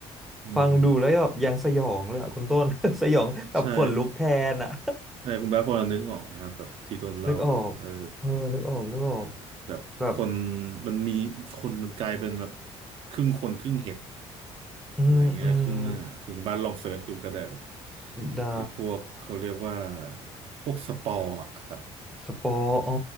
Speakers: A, on the right; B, in the centre.
A: อืม
B: ฟังดูแล้วแบบยังสยองเลยอ่ะคุณต้น <laughs> สยองแบบขนลุกแทนอ่ะ
A: ใช่ใช่คุณบ้าสพอนึกออกไหมครับแบบที่โดนเล่าแบบเออ
B: นึกออกเออนึกออกนึกออก
A: แบบคน
B: แบบ
A: มันมีคนมันกลายเป็นแบบครึ่งคนครึ่งเห็ด
B: อืมอืม
A: อะไรเงี้ยครึ่งหน้าสมมติคุณบ้านลองเสิร์ชดูก็ได้แบบ
B: ได้
A: ไอ้พวกเขาเรียกว่าพวกสปอร์อะครับ
B: สปอร์อ๋อ